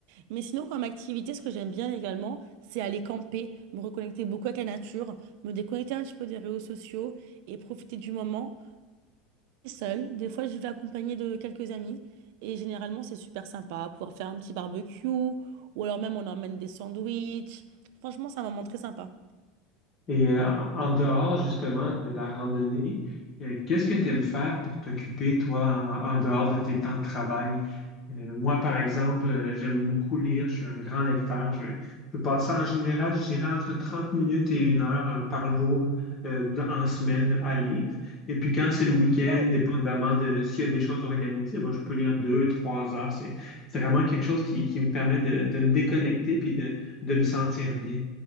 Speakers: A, on the right; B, on the left.
A: Mais sinon, comme activité, ce que j'aime bien également, c'est aller camper, me reconnecter beaucoup avec la nature, me déconnecter un petit peu des réseaux sociaux et profiter du moment. seule, des fois j'y vais accompagnée de quelques amis et généralement c'est super sympa, pouvoir faire un petit barbecue ou alors même on emmène des sandwichs. Franchement, c'est un moment très sympa.
B: Et euh, en dehors justement de la randonnée, euh, qu'est-ce que tu aimes faire pour t'occuper, toi, en, en dehors de tes temps de travail? Euh, moi, par exemple, euh, j'aime beaucoup lire, je suis un grand lecteur. Je, je passe en général, je dirais, entre 30 minutes et une heure euh, par jour euh, dans- en semaine à lire. Et puis quand c'est le week-end,
A: Wow.
B: dépendamment de s'il y a des choses organisées, ben, je peux lire deux, trois heures. C'est c'est vraiment quelque chose qui, qui me permet de, de me déconnecter puis de, de me sentir bien.